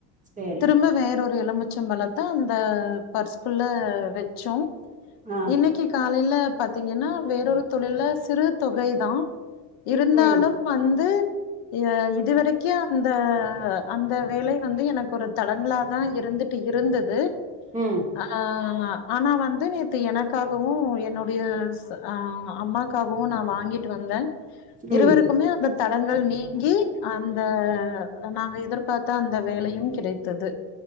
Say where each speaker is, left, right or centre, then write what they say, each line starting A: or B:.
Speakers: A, on the right; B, on the left.
A: சேரி
B: திரும்ப வேறொரு எலுமிச்ச பழத்த அந்த பர்ஸ்குள்ள வெச்சோ
A: ஆ
B: இன்னிக்கு காலைல பாத்தீங்கன்னா வேறொரு தொழில்ல சிறு தொகைதா இருந்தாலும்
A: ம்
B: வந்து ய இதுவரைக்கு அந்த அந்த வேலை வந்து எனக்கு ஒரு தடங்கள தா இருந்துட் இருந்தது
A: ம்
B: அ ஆனா வந்து நேத்து எனக்காகவு என்னோடைய ஸ் அம்மாக்காகவு நா வாங்கிட்டு வந்தே
A: ம்
B: இருவருக்குமே அந்த தடங்கள் நீங்கி அந்த நாங்க எதிர்பாத்த அந்த வேலையு கிடைத்தது